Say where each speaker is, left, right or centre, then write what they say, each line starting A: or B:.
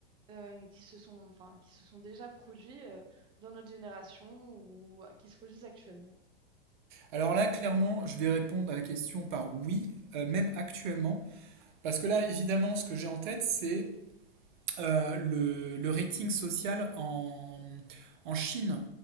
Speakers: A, on the right; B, on the right.
A: euh, qui se sont, enfin, qui se sont déjà produits euh, dans notre génération ou qui se produisent actuellement?
B: Alors là, clairement, je vais répondre à la question par oui, euh, même actuellement. Parce que là, évidemment, ce que j'ai en tête, c'est euh, le, le rating social en, en Chine.